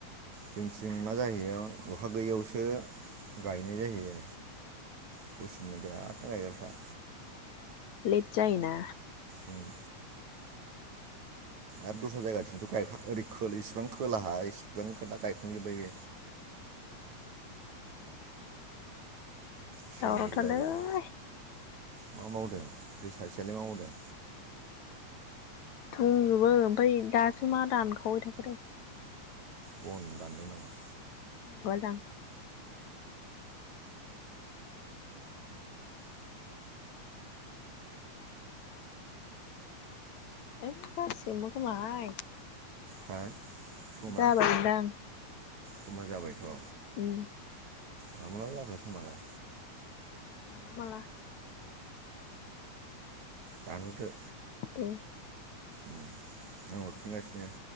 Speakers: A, on the right; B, on the left.
A: जोंथिं मा जाहैयो अखा गैयियावसो गायनाय जाहैयो कौसुमनि बिराद राइगारफ्रा
B: लेथ जायोना
A: उम आरो दस्रा जायगाथिंथ' गाय ओरै इसिबां खोलाहा इसिबां खोनथा गायखांजोब्बाय बे सिगांग्रो
B: दावरावथारलै
A: जाजोबो मा मावदों बे सासे बेलाय मा मावदों
B: दंजोबो ओमफ्राय दासो मा दानखावबाय थाखोथाय
A: बन दानदों नामा
B: गदां आयौ गारसिगोनबो खोमाहाय
A: हा समा
B: जाबाय दा
A: समा जाबायथ'
B: उम
A: मामला जाखो समालाय?
B: माला माला
A: दानहरदो।
B: दे
A: उम आं हरफिनगासिनो